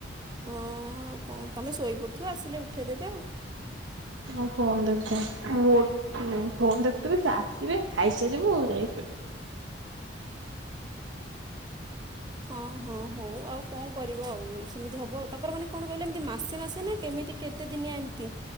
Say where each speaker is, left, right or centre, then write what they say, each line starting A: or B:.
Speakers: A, on the right (about 20°); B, on the right (about 85°).
A: ହଁ ଆଉ କଣ ତମେ ଶୋଇପଡ଼ିଥିବ ଆସିଲେ ଉଠେଇଦେବେ ଆଉ।
B: ମୁ ଫୋନ ଦେଖୁଥାଏ। ଫୋନ୍ ଦେଖୁଥିବି ସେ ଆସିବେ ଖାଇସାରିବୁ ଯାଇ ଶୋଇବୁ।
A: ହଁ ହଁ ହଉ ଆଉ କଣ କରିବା ଆଉ ସେମିତି ହବ ଆୟୁ ତାଙ୍କର ମାନେ କଣ କହିଲ ଏମିତି ମାସେ ମାସେ ନା କେମିତି କେତେଦିନିଆ ଏମିତି।